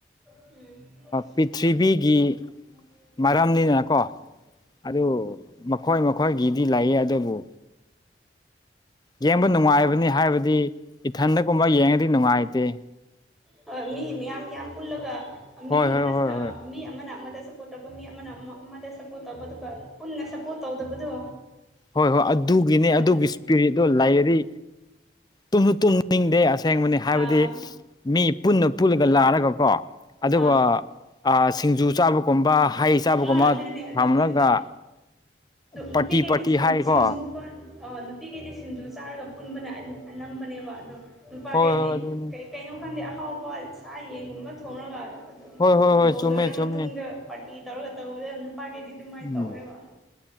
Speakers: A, in the centre; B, on the left.
A: <unintelligible>
B: ꯄ꯭ꯔꯤꯊꯤꯕꯤꯒꯤ ꯃꯔꯝꯅꯤꯅꯀꯣ ꯑꯗꯨ ꯃꯈꯣꯏ ꯃꯈꯣꯏꯒꯤꯗꯤ ꯂꯩꯌꯦ ꯑꯗꯨꯕꯨ ꯌꯦꯡꯕ ꯅꯨꯡꯉꯥꯏꯕꯅꯤ ꯍꯥꯏꯕꯗꯤ ꯏꯊꯟꯗꯒꯨꯝꯕ ꯌꯦꯡꯉꯗꯤ ꯅꯨꯡꯉꯥꯏꯇꯦ꯫
A: ꯍꯣꯏ ꯃꯤ ꯃꯌꯥꯝ ꯃꯌꯥꯝ ꯄꯨꯜꯂꯒ ꯃꯤ
B: ꯍꯣꯏ
A: ꯑꯃꯅ
B: ꯍꯣꯏ ꯍꯣꯏ ꯍꯣꯏ
A: ꯃꯤ ꯑꯃꯅ ꯑꯃꯗ ꯁꯞꯄꯣꯔꯠ ꯇꯧꯕ ꯃꯤ ꯑꯃꯅ ꯑꯃꯗ ꯁꯞꯄꯣꯔꯠ ꯇꯧꯕ ꯑꯗꯨꯒ ꯄꯨꯟꯅ ꯁꯞꯄꯣꯔꯠ ꯇꯧꯗꯕꯗꯣ꯫
B: ꯍꯣꯏ-ꯍꯣꯏ ꯑꯗꯨꯒꯤꯅꯦ ꯑꯗꯨꯒꯤ
A: ꯑꯗꯨ
B: ꯏꯁꯄꯤꯔꯤꯠꯇꯣ ꯂꯩꯔꯥꯗꯤ ꯇꯨꯝꯁꯨ ꯇꯨꯝꯅꯤꯡꯗꯦ ꯑꯁꯦꯡꯕꯅꯤ ꯍꯥꯏꯕꯗꯤ
A: ꯑꯥ
B: ꯃꯤ ꯄꯨꯟꯅ ꯄꯨꯨꯜꯂꯒ ꯂꯥꯛꯔꯒꯀꯣ ꯑꯗꯨꯒꯥ
A: ꯑꯥ
B: ꯁꯤꯡꯖꯨ ꯆꯥꯕꯒꯨꯝꯕ ꯍꯩ ꯆꯥꯕꯒꯨꯝꯕ
A: ꯑꯥ ꯑꯗꯨꯅꯦ-ꯑꯗꯨꯅꯦ
B: ꯊꯝꯂꯒ
A: ꯑꯗꯨꯅꯦ
B: ꯄꯥꯔꯇꯤ
A: ꯅꯨꯄꯤꯈꯩꯗꯤ
B: ꯄꯥꯔꯇꯤ
A: ꯁꯤꯡ
B: ꯍꯥꯏꯀꯣ
A: ꯁꯤꯡꯖꯨ ꯁꯤꯡꯖꯨ
B: ꯍꯣꯏ
A: ꯄꯥꯟ ꯑꯣ ꯅꯨꯄꯤꯈꯩꯗꯤ ꯁꯤꯡꯖꯨ ꯆꯥꯔꯒ ꯄꯨꯟꯕꯅꯦ ꯑꯅꯝꯕꯅꯦꯕ ꯑꯗꫭ꯫ ꯅꯨꯄꯥꯈꯩꯗꯤ
B: ꯍꯣꯏ ꯑꯗꯨꯅꯤ
A: ꯀꯩ ꯀꯩꯅꯣ ꯈꯪꯗꯦ ꯑꯍꯥꯎꯕ ꯁꯥ ꯌꯦꯟꯒꯨꯝꯕ ꯊꯣꯡꯔꯥꯒ ꯑꯗꯨꯝ
B: ꯍꯣꯏ ꯍꯣꯏ ꯍꯣꯏ
A: ꯕꯣꯜ
B: ꯆꯨꯝꯃꯦ
A: ꯂꯣꯏꯔ
B: ꯆꯨꯝꯃꯦ
A: ꯃꯇꯨꯡꯗ ꯄꯥꯔꯠ ꯀꯤ ꯇꯧꯔꯒ ꯇꯧꯕꯗ ꯅꯨꯄꯥꯒꯩꯗꯤ ꯑꯗꯨꯃꯥꯏꯅ
B: ꯎꯝ
A: ꯇꯧꯋꯦꯕ꯫